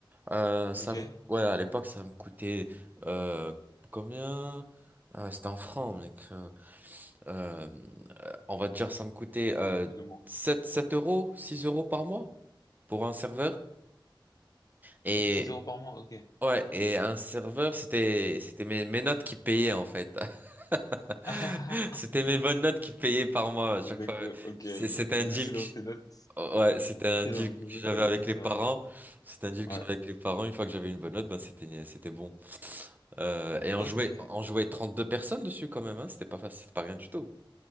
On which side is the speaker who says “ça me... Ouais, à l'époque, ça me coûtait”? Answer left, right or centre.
Right